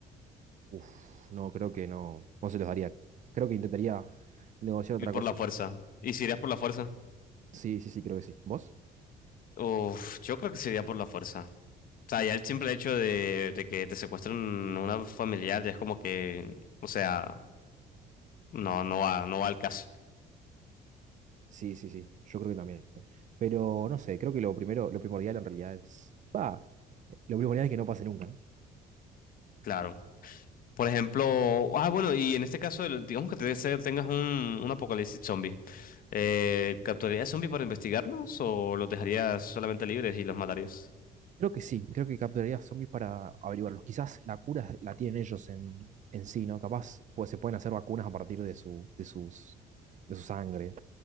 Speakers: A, on the right; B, on the left.
A: Uf, no, creo que no, no se los daría. Creo que intentaría negociar
B: Y
A: otra
B: por
A: cosa.
B: la fuerza. ¿Y si irías por la fuerza?
A: Sí, sí, sí, creo que sí. ¿Vos?
B: Uf, yo creo que sería por la fuerza. O sea, ya el simple hecho de, de que te secuestren una familiar ya es como que, o sea, no, no va, no va al caso,
A: Sí, sí, sí, yo creo que también. Pero no sé, creo que lo primero, lo primordial en realidad es, va, lo primordial es que no pase nunca, ¿no?
B: claro. Por ejemplo, ah, bueno, y en este caso, el- digamos que te- se- tengas un, un apocalipsis zombie, eh, ¿capturarías zombies para investigarlos o los dejarías solamente libres y los matarías?
A: Creo que sí, creo que capturaría zombies para averiguarlos. Quizás la cura la tienen ellos en, en sí, ¿no? Capaz pues, se pueden hacer vacunas a partir de su, de sus, de su sangre,